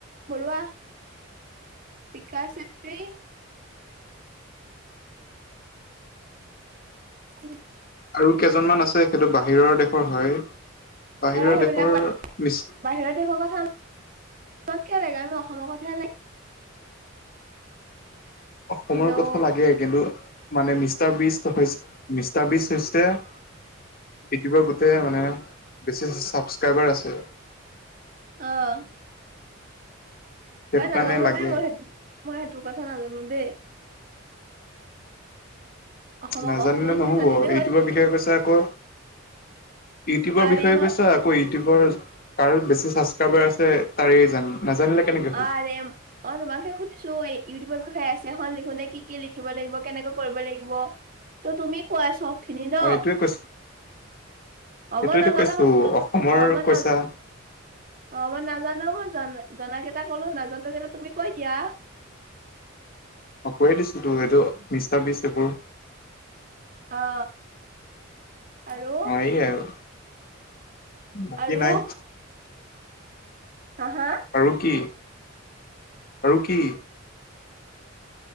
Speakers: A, on the right; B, on the left.
A: বৰুৱা, বিকাশ চেত্ৰী <unintelligible>
B: আৰু কেইজনমান আছে, সেইটো বাহিৰৰ দেশৰ হয়, বাহিৰৰ
A: এ সেইবিলাক
B: দেশৰ মিছ
A: বাহিৰৰ দেশৰ কথা আমাক কিয় লাগে, আমক অসমৰ কথাহে লাগে।
B: অসমৰ
A: হেল্ল'
B: কথা
A: অ
B: লাগে কিন্তু মানে মিষ্টাবিষ্ট হৈছ মিষ্টাবিষ্ট হৈছে ইউটিউবৰ গোটেই মানে বেছি ছাবস্ক্ৰাইবাৰ আছে।
A: অঁ।
B: সেইটো
A: এ, নাজানো
B: কাৰণে লাগে
A: দেই মই! মই সেইটো কথা নাজানো দেই! অসমক
B: নাজানিলে
A: অসমৰ খিনি
B: নহ'ব,
A: জানিলে
B: ইউটিউবৰ
A: হ'ল
B: বিষয়ে কৈছা আকৌ! ইউটিউবৰ
A: আৰে
B: বিষয়ে
A: মই
B: কৈছা আকৌ ইউটিউবৰ কাৰ বেছি ছাবস্ক্ৰাইবাৰ আছে তাৰে জান নাজানিলে কেনেকে হ'ল
A: আৰে মই তোমাক হে সুধিছো, এই ইউটিউবৰ বিষয়ে এছেখন লিখোতে কি কি লিখিব লাগিব? কেনেকৈ কৰিব লাগিব? ত, তুমি কোৱাই চব খিনি ন
B: অ এইটোৱে কৈছ, সেইটোৱেটো
A: অ মই নাজানা
B: কৈছো
A: বস্তুটো
B: অসমৰ
A: অ মই না
B: কৈছা?
A: অ মই নাজানো মই জনা জনাকেইটা ক'লো নাজানো কেইটা তুমি কৈ দিয়া।
B: অ কৈয়ে দিছো তো এইটো মিষ্টা বিজ এইবোৰ
A: অ, আৰু?
B: সেয়া আৰু বাকী
A: আৰু
B: নাই।
A: হা! হা!
B: আৰু কি? আৰু কি?